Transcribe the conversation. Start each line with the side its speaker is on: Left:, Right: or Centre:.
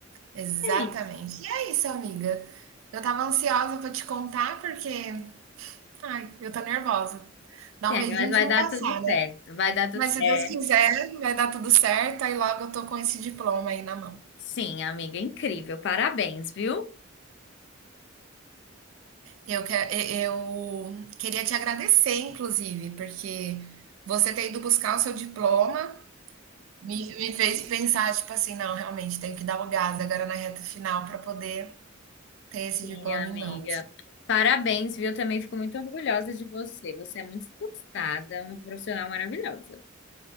Right: Exatamente.
Left: É isso.
Right: E é isso, amiga. Eu tava ansiosa para te contar porque, ai, eu tô nervosa. Dá
Left: Sim,
Right: um medinho
Left: mas vai
Right: de não
Left: dar
Right: passar.
Left: tudo certo. Vai dar tudo
Right: Mas
Left: certo.
Right: se Deus quiser, vai dar tudo certo, aí logo eu tô com esse diploma aí na mão.
Left: Sim, amiga, incrível. Parabéns, viu?
Right: Eu, que- eu queria te agradecer, inclusive, porque você ter ido buscar o seu diploma me, me fez pensar, tipo assim, não, realmente, tenho que dar o gás agora na reta final para poder ter esse
Left: Sim,
Right: diploma
Left: amiga.
Right: em mãos.
Left: Parabéns, viu? Também fico muito orgulhosa de você. Você é muito esforçada, uma profissional maravilhosa.